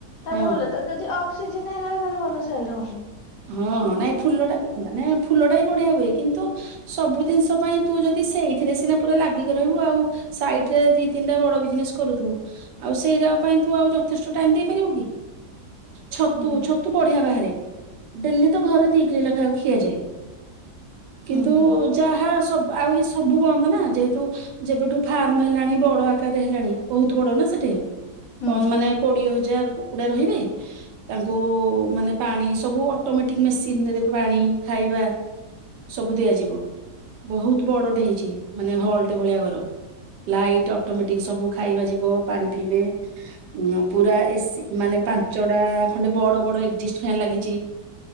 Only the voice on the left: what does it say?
ତାହେଲେ
ଭଲ ଯଦି ଅଫ୍ ସିଜନ ହେଇଗଲା ତାହେଲେ ଭଲ ସେଲ ହୋଉନି।
ହୁଁ
ହୁଁ ହୁଁ
ହୁଁ